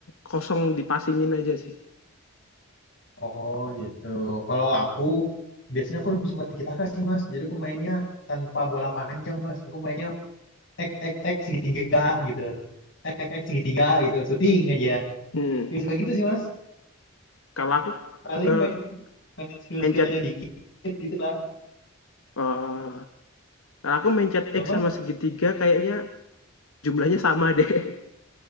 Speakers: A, on the left (about 75°); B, on the left (about 60°).
A: kosong dipasingin aja sih.
B: Oh gitu. Kalau aku biasanya aku lebih suka tiki taka sih mas. Jadi aku mainnya tanpa bola panjang mas. Aku mainnya ek ek ek segitiga gitu. Ek ek ek segitiga gitu. Shooting aja.
A: Mhm,
B: Lebih suka gitu sih mas.
A: kalau aku,
B: Paling
A: eee,
B: main main skill-skillnya
A: mencet
B: dikit gitu lah.
A: eee, kalau aku mencet
B: Kalau
A: X
B: mas
A: sama segitiga kayaknya jumlahnya sama deh. <laughs>